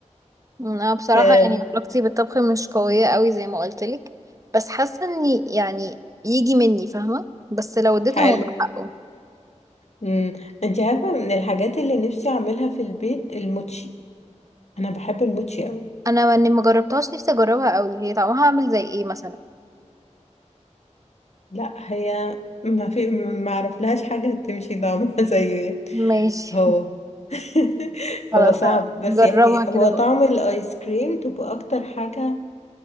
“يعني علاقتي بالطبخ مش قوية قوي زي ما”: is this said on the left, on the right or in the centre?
Right